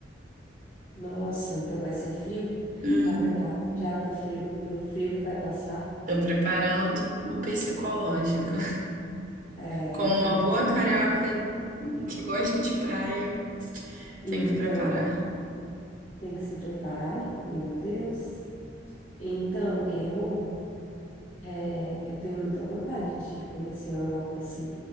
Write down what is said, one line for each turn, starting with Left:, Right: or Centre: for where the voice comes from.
Left: Nossa, então vai ser frio?
Right: Hum,
Left: Tá preparado já para o frio, para frio que vai passar?
Right: tô preparando o psicológico. <laughs>
Left: É,
Right: Como uma
Left: tem que
Right: boa
Left: pre...
Right: carioca que gosta de praia,
Left: Então,
Right: tem que preparar.
Left: tem que se preparar? Meu Deus. Então, eu É, eu tenho muita vontade de conhecer a Europa, assim,